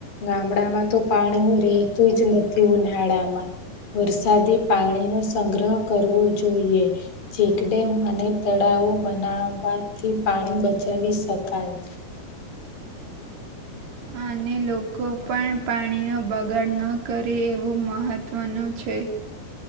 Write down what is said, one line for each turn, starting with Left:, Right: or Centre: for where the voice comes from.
Left: ગામડામા તો પાણી હુ રહેેતુ જ નથી ઉનાળામા. વરસાદી પાણી, નો સંગ્રહ કરવો જોઈએ ચેકડેમ અને તળાવો બનાવવાથી, પાણી બચાવી શકાય.
Right: અને લોકો, પણ પાણીનો બગાડ ન કરે એવુ મહત્વનુ છે.